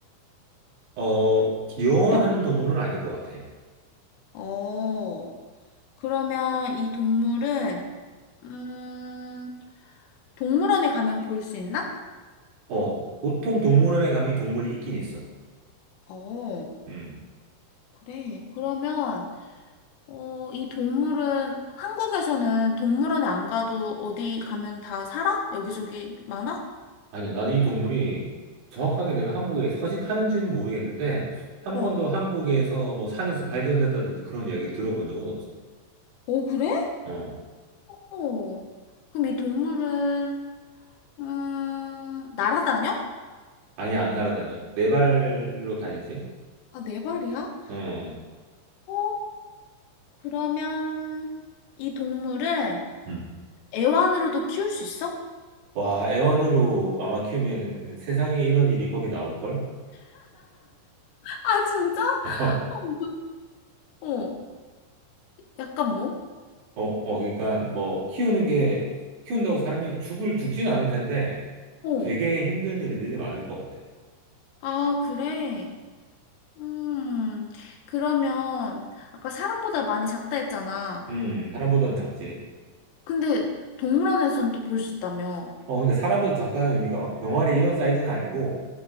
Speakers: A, on the right; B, on the left.
A: 어, 귀여워하는
B: 그래?
A: 동물은 아닌 것 같아.
B: 어, 그러면 이 동물은 음, 동물원에 가면 볼 수 있나?
A: 어, 보통 동물원에 가면 이 동물이 있긴 있어.
B: 어,
A: 음,
B: 그래. 그러면 어, 이 동물은 한국에서는 동물원에 안 가도 어디 가면 다 살아? 여기저기 많아?
A: 아니야. 나는 이 동물이 정확하게 내가 한국에 서식하는지는 모르겠는데, 한
B: 어.
A: 번도 한국에서 뭐 산에서 발견됐다든지 그런 이야기 들어본 적은 없어.
B: 어, 그래?
A: 어,
B: 어. 그럼 이 동물은 음, 날아다녀?
A: 아니 안 날아다녀. 네 발로 다니지?
B: 아, 네 발이야?
A: 어.
B: 어, 그러면 이 동물은
A: 음.
B: 애완으로도 키울 수 있어?
A: 와, 애완으로 아마 키우면 세상에 이런 일이 거기 나올걸?
B: 아, 진짜?
A: <laughs> 어,
B: 어, 이거- 어, 약간 뭐?
A: 어, 그러니까 뭐 키우는 게 키운다고 사람이 죽을 죽진 않을 텐데
B: 어.
A: 되게 힘든 일들이 많을 것 같아.
B: 아, 그래. 음, 그러면 아까 사람보다 많이 작다 했잖아.
A: 음, 사람보다는 작지.
B: 근데 동물원에서는 또 볼 수 있다며.
A: 어, 그러니까 사람보다 작다는 의미가 막 병아리 이런 사이즈는 아니고